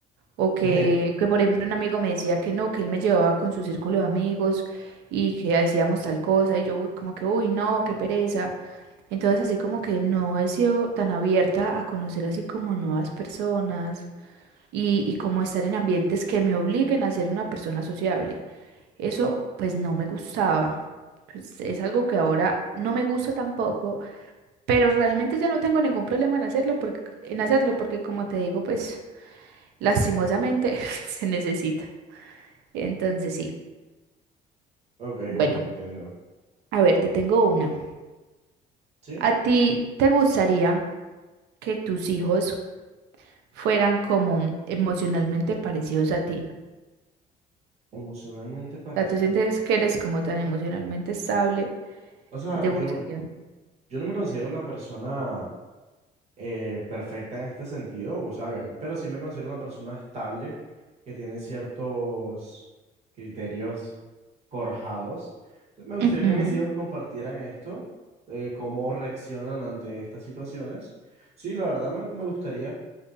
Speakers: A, on the right (about 85°); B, on the right (about 40°).
A: O que,
B: <laughs>
A: que, por ejemplo, un amigo me decía que no, que él me llevaba con su círculo de amigos y que decíamos tal cosa. Y yo, uy, como que, uy, no, qué pereza. Entonces, así como que no he sido tan abierta a conocer así como nuevas personas y, y como estar en ambientes que me obliguen a ser una persona sociable. Eso pues no me gustaba. Pues es algo que ahora no me gusta tampoco, pero realmente ya no tengo ningún problema en hacerlo porque, en hacerlo porque como te digo, pues lastimosamente <laughs> se necesita. Entonces sí.
B: Ok,
A: Bueno,
B: ok, entiendo.
A: a ver, te tengo una.
B: Sí,
A: ¿A ti te gustaría que tus hijos fueran como emocionalmente parecidos a ti?
B: emocionalmente parecido.
A: O sea, tú sientes que eres como tan emocionalmente estable
B: O sea,
A: y te
B: yo,
A: gustaría.
B: yo no me considero una persona eh, perfecta en este sentido, o sea, obviamente, pero sí me considero una persona estable que tiene ciertos criterios forjados. Me gustaría
A: Ujú.
B: que mis hijos compartieran esto, eh, cómo reaccionan ante estas situaciones. Sí, la verdad me, me gustaría, o